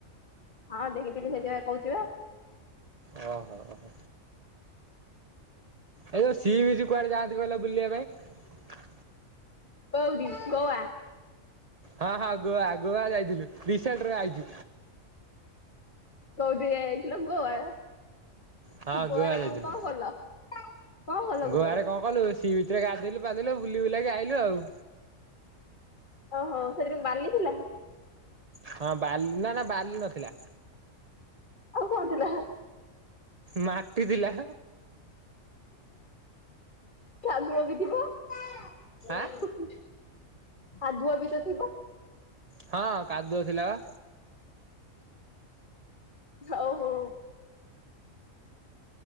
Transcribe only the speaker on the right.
ଓହୋ। ଏ ଯୋଉ ସିଏ ବି ଯ କୁଆଡେ ଯାଆନ୍ତି ବ ବୁଲିବା ପାଇଁ।
ହଁ ହଁ ଗୁଆ ଗୋଆ ଯାଇଥିଲୁ ରସେଟରେ ଆଇଚୁ।
ହଁ
ଗୋଆ ଯାଇଥିଲୁ।
ଗୁଆରେ
କଣ କଲୁ ସି ବିଚରେ ଗାଧେଇଲୁ। ପାଧେଇଲୁ ବୁଲି ବୁଲାକି ଆଇଲୁ ଆଉ।
ହଁ ବାଲି ନା ନା ବାଲି ନଥିଲା।
ମାଟି ଥିଲା।
ଆଁ
ହଁ କାଦୁଅ ଥିଲା ବା।